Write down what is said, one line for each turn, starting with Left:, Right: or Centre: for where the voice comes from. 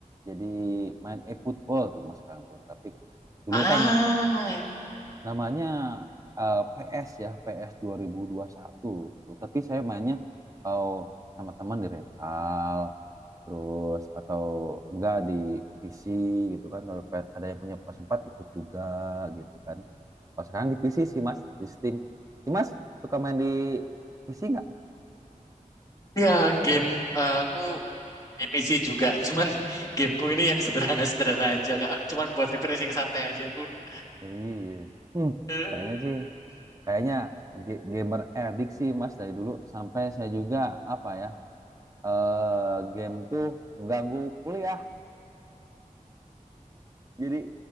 Right: Jadi main e-football tuh mas sekarang tuh. Tapi dulu
Left: ah
Right: kan namanya eh, PS ya, PS 2021 tuh. Tapi saya mainnya kalau sama teman di rental, terus atau enggak di PC gitu kan. Kalau ada yang punya PS4 ikut juga gitu kan. Kalau sekarang di PC sih Mas, di Steam. Si Mas suka main di PC nggak?
Left: ya game eh, aku Di PC juga, cuman gameku ini yang sederhana-sederhana aja, Kak. Cuman buat refreshing santai aja. <laughs> Udah.
Right: Iya. Hmm,
Left: Eh,
Right: sayanya sih kayaknya gamer addict sih Mas dari dulu sampai saya juga apa ya eh game tuh mengganggu kuliah jadi